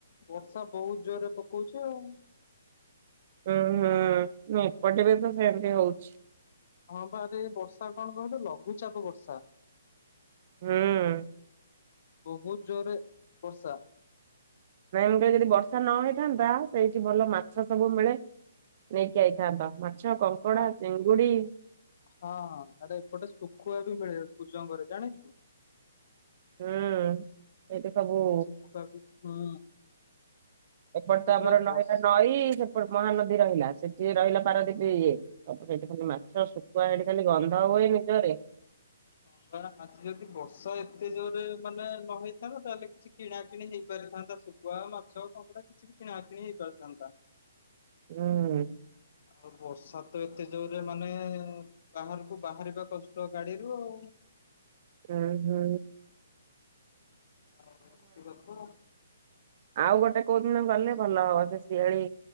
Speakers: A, on the left (about 50°); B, on the right (about 45°).
A: ବର୍ଷା ବହୁତ ଜୋରରେ ପକଉଛି ଆଉ।
B: ଉୁଁ ହୁଁ ଏପଟେ ବି ତ ସେମତି ହଉଛି।
A: ହଁ ବାରେ ବର୍ଷା କଣ କହିଲୁ ଲଘୁଚାପ ବର୍ଷା।
B: ହୁଁ।
A: ବହୁତ ଜୋରରେ ବର୍ଷା
B: ମେନ ରେ ଯଦି ବର୍ଷା ନ ହେଇଥାନ୍ତା ସେଇଠି ଭଲ ମାଛ ସବୁ ମିଳେ। ନେଇକି ଆଇଥାନ୍ତ ମାଛ କଙ୍କଡା
A: ମା
B: ଚିଙ୍ଗୁଡି।
A: ହଁ ହଁ ଏରେ ଏପଟେ ଶୁଖୁଆ ବି ମିଳେ କୂଜଙ୍ଗରେ। ଜାଣିଛୁ?
B: ହୁଁ ଏଇଠୁ ସବୁ
A: ସୁଖୁଆକୁ ହୁଁ
B: ଏପଟ
A: ଯେ
B: ତ
A: ପୁରା
B: ଆମର
A: ବର୍ଷ
B: ନହିଲା ନଈ ସେପଟ ମହାନଦୀ ରହିଲା। ସେଠି ରହିଲା ପାରଦୀପୀ ଇଏ। ସବୁ ସେଠି ଖାଲି ମାଛ ଶୁଖୁଆ ସେଠି ଖାଲି ଗନ୍ଧ ହୁଏ ଜୋରରେ।
A: ହଁ ବା ଆଜି ଯଦି ବର୍ଷା ଏତେ ଜୋରରେ ମାନେ ନ ହେଇଥାନ୍ତା, ତାହେଲେ କିଛି କିଣା କିିଣି ହେଇପାରିଥାନ୍ତା। କୁଆ ମାଛ କଙ୍କଡ଼ା କିଛି ବି କିଣା କିିଣି ହେଇପାରିଥାନ୍ତା।
B: ହୁଁ।
A: ଆଉ ବର୍ଷା ତ ଏତେ ଜୋରରେ ମାନେ ବାହାରକୁ ବାହାରିବା କଷ୍ଟ ଗାଡିରୁୁ ଆଉ।
B: ହୁଁ ହୁଁ
A: ଶିବଙ୍କ
B: ଆଉ ଗୋଟେ କୋଉ ଦିନ ଗଲେ ଭଲ ହବ। ସେ ସିଆଳି